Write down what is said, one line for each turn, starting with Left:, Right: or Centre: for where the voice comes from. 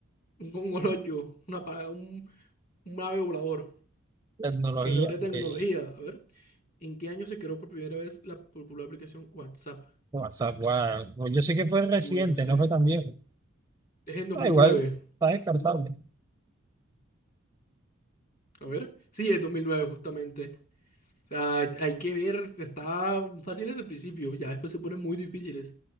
Left: un congolollo, una, pa- un, un ave volador.
Right: tecnología
Left: Categoría de tecnología,
Right: que
Left: a ver. ¿En qué año se creó por primera vez la popular aplicación WhatsApp?
Right: WhatsApp, guau. Pues Yo sé que fue reciente,
Left: Uy, no sé.
Right: no fue tan viejo.
Left: Es en 2009.
Right: Ah, igual, está descartable.
Left: A ver. Sí, es 2009 justamente. O sea, hay que ver. Estaban fáciles al principio. Ya después se ponen muy difíciles.